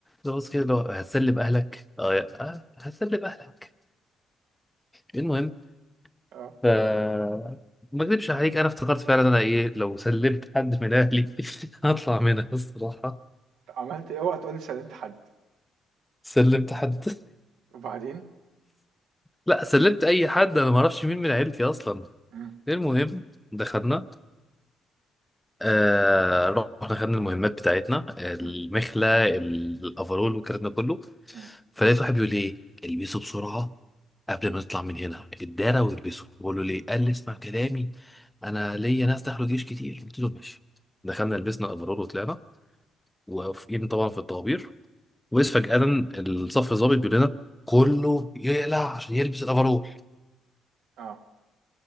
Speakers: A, in the centre; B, on the right (about 80°).
A: ضابط كده اللي هو هتسلب أهلك؟ آه آه، هتسلب أهلك المهم
B: اه
A: ف ما اكذبش عليك انا افتكرت فعلا انا ايه لو سلمت حد من اهلي <laughs> هطلع منها الصراحه
B: عملت إيه؟ اوعى تقول لي سلمت حد
A: سلمت حد <laughs>
B: وبعدين
A: لا سلمت اي حد انا ما اعرفش مين من عيلتي اصلا
B: امم
A: المهم دخلنا آه رحنا خدنا المهمات بتاعتنا المخلة
B: امم
A: الأفرول والكلام ده كله
B: امم
A: فلقيت واحد بيقول لي إيه البسوا بسرعة قبل ما نطلع من هنا الدارة والبسوا بقول له ليه قال لي اسمع كلامي أنا ليا ناس دخلوا جيش كتير قلت له ماشي دخلنا لبسنا الأفرول وطلعنا واقفين طبعا في الطوابير وإذ فجأة الصف الضابط بيقول لنا كله يقلع عشان يلبس الأفرول
B: اه